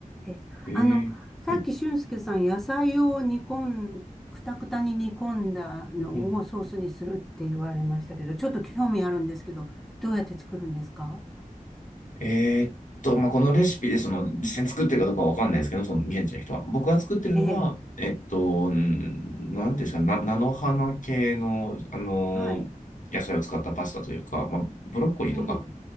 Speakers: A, in the centre; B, on the left.
A: え、
B: へえ。
A: あの、さっき俊介さん、
B: はい
A: 野菜を煮込ん、くたくたに煮込んだのをソースにするって言われましたけど、
B: うん
A: ちょっと興味あるんですけど、どうやって作るんですか
B: えーっと、まあ、このレシピで、その、実際に作ってるかどうかはわかんないですけど、その現地の人は。僕が作ってるのは、
A: ええ、
B: えっと、んなんていうんですか、な、菜の花系の、あの野菜を使ったパスタというか、
A: はい、
B: まあ、ブロッコリーとか、
A: ええ、